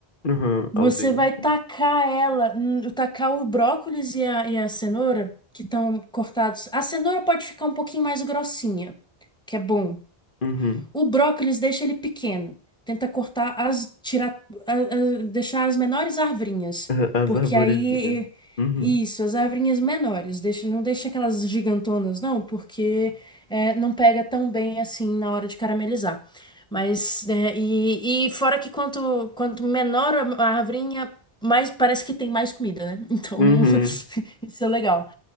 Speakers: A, on the left; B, in the centre.
A: uhum,
B: você
A: al dente,
B: vai tacar ela, hum, tacar o brócolis e a, e a cenoura, que estão cortados. A cenoura pode ficar um pouquinho mais grossinha, que é bom.
A: uhum,
B: O brócolis deixa ele pequeno. Tenta cortar as, tirar, a- a- deixar as menores arvrinhas,
A: a- as
B: porque
A: arvorezinhas,
B: aí
A: uhum,
B: isso, as arvrinhas menores, deixa, não deixa aquelas gigantonas, não, porque é, não pega tão bem assim na hora de caramelizar. Mas é, e, e fora que quanto quanto menor a a arvrinha, mais parece que tem mais comida, né? Então
A: uhum,
B: <laughs> isso é legal.